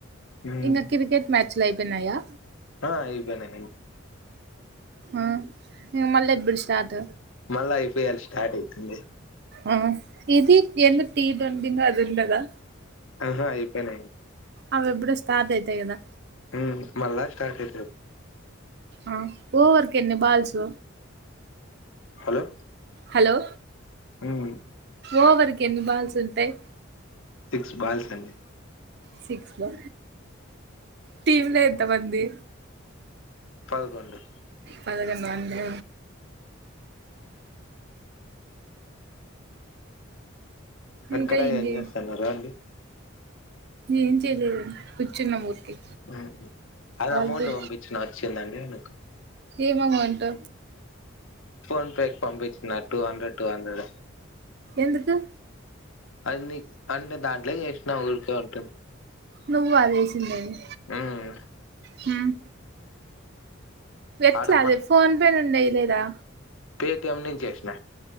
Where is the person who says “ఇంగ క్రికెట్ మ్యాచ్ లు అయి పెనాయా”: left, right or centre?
Right